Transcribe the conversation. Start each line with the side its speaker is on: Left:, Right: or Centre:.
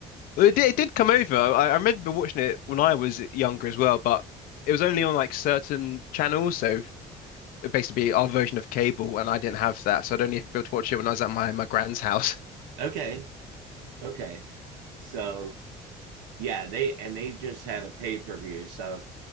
Right: So
Left: Well, it did, it did come over. I, I remember watching it when I was younger as well, but it was only on like certain channels. So it basically our version of cable, and I didn't have that, so I'd only be able to watch it when I was at my my grand's house. <laughs>
Right: okay, okay. So yeah, they and they just had a pay per view. So